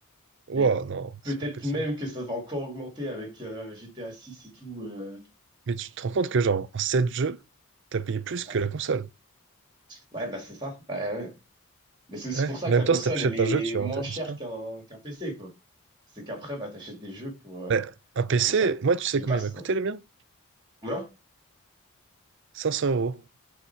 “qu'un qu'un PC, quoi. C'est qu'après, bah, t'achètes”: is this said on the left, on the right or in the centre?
Right